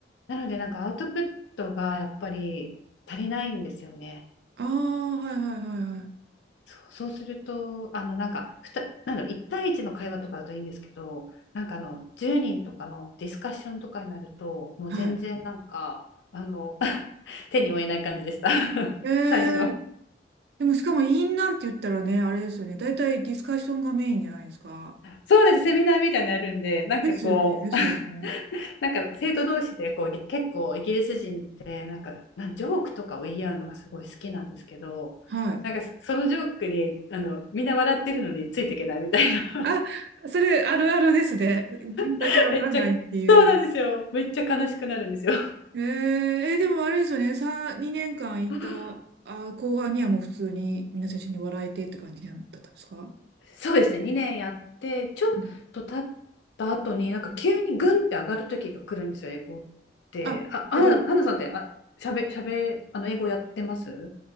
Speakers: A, on the left; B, on the right.
A: なのでなんかアウトプットがやっぱり足りないんですよね。
B: ああ、はいはいはいはい。
A: そう、そうすると、あのなんかふた、なんだろう、1対一の会話とかだといいんですけど、なんかあの10人とかのディスカッションとかになると、もう全然なんか、
B: はい。
A: あの <laughs> 手に負えない感じでした <laughs>
B: えー、
A: 最初。
B: でもしかもインなんて言ったらね、あれですよね。大体ディスカッションがメインじゃないですか。
A: そうなんです、セミナーみたいなのやるんで、なんかこう、
B: ですよね。ですよね。
A: <laughs> なんか生徒同士でこうげ結構イギリス人ってなんかなんジョークとかを言い合うのがすごい好きなんですけど、
B: はい。
A: なんかそそのジョークにあのみんな笑ってるのについていけないみたいな、
B: あ、それあるあるですね。自分だけわかんないっていう。
A: <laughs> めっちゃ、そうなんですよ、めっちゃ悲しくなるんですよ。
B: えー、えでもあれですよね。さ、2年間いた、
A: <laughs>
B: あ、後半にはもう普通に皆さん一緒に笑えてって感じだったんですか
A: そうですね、2年やってちょっと経った後になんか急にグンって上がる時が来るんですよ、
B: うん。
A: 英語って。
B: あ、
A: あ、アナアナさんってあしゃべ、
B: えっと、
A: しゃべ、あの英語やってます